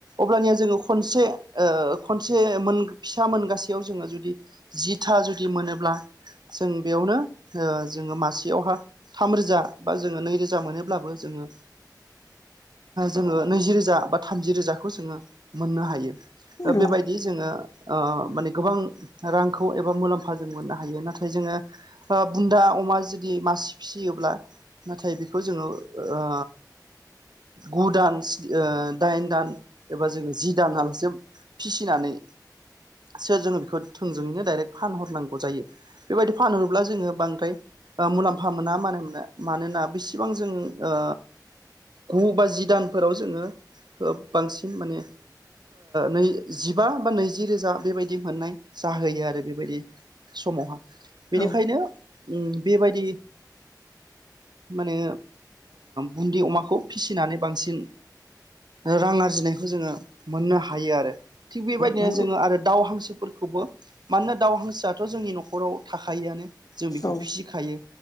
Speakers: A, on the right; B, on the left.
A: अब्लानिया जोङो खनसे ओ खनसे मोन फिसा मोनगासेयाव जोङो जुदि जिथा जुदि मोनोब्ला जों बेयावनो जोङो मासेयावहा थाम रोजा बा जोङो नैरोजा मोनोब्लाबो जोङो जोङो नैजि रोजा बा थामजि रोजाखौ जोङो मोननो हायो
B: औ
A: दा बेबायदि
B: औ
A: जोङो माने गोबां रांखौ एबा मुलाम्फा जों मोननो हायो नाथाय जोङो बुन्दा अमा जुदि मासे फिसियोब्ला नाथाय बेखौ जोङो ओ गु दान दाइन दान एबा जोङो जि दानालासे फिसिनानै सो जोङो बेखौ थोंजोङैनो दडाइरेक्ट फानहरनांगौ जायो बेबायदि फानहोब्ला जोङो बांद्राय मुलाम्फा मोना मानो मानोना बेसेबां जों ओ गु बा जि दानफोराव जोङो बांसिन माने नै जिबा बा नैजि रोजा बेबायदि मोननाय जाहोयो आरो बेबायदि समावहा बेनिखायनो
B: औ
A: बेबायदि माने बुन्दि अमाखौ फिसिनानै बांसिन रां आ रजिनायखौ जोङो मोननो हायो आरो थिग बेबायदिनो
B: नंगौ
A: जोङो आरो दाउ हांसोफोरखौबो मानोना दाव हांसोआथ' जोंनि न'खराव थाखआनो जों बेखौ
B: औ
A: फिसिखायो